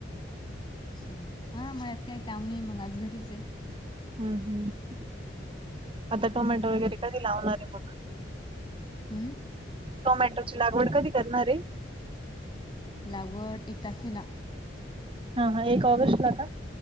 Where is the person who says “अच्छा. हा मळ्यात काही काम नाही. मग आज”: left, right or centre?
Left